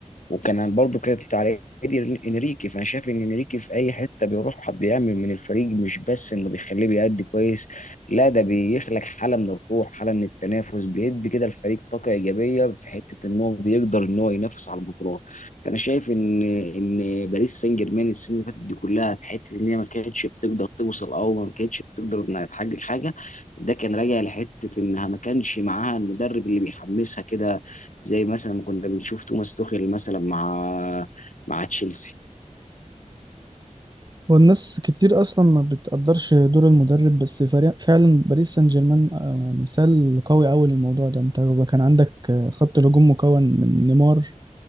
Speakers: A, on the left; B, on the right.
A: وكان برضه كانت على ايدي انريكي فانا شايف ان انريكي في اي حته بيروح بيعمل من الفريق مش بس انه بيخليه بيأدي كويس لا ده بيخلق حاله من الروح حاله من التنافس بيدي كده الفريق طاقه ايجابيه في حته ان هو بيقدر ان هو ينافس على البطولات فانا شايف ان ان باريس سان جيرمان السنه اللي فاتت دي كلها في حته ان هي ما كانتش بتقدر توصل او ما كانتش بتقدر انها تحقق حاجه ده كان راجع لحته انها ما كانش معاها المدرب اللي بيحمسها كده زي مثلا ما كنا بنشوف توماس توخيل مثلا مع مع تشيلسي
B: والناس كتير اصلا ما بتقدرش دور المدرب بس فريق فعلا باريس سان جيرمان آه، مثال قوي قوي للموضوع ده انت كان عندك آه، خط الهجوم مكون من نيمار